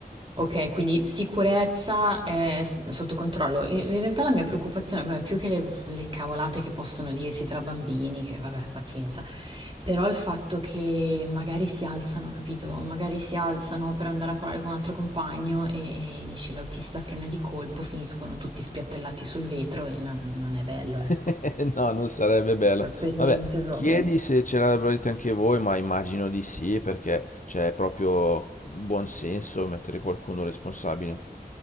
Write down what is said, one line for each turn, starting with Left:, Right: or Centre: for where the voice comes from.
Right: Ok, quindi sicurezza è s- sotto controllo. In in realtà la mia preoccupazione, vabbè, più che le, le cavolate che possono dirsi tra bambini, che vabbè, pazienza, però il fatto che magari si alzano, capito? Magari si alzano per andare a parlare con un altro compagno e, e dici l'autista frena di colpo, finiscono tutti spiattellati sul vetro e non, non è bello, ecco.
Left: <laughs> No, non sarebbe bello.
Right: Per per
Left: Vabbè,
Right: niente proprio.
Left: chiedi se ce l'avrete anche voi, ma immagino di sì, perché c'è proprio buon senso mettere qualcuno responsabile.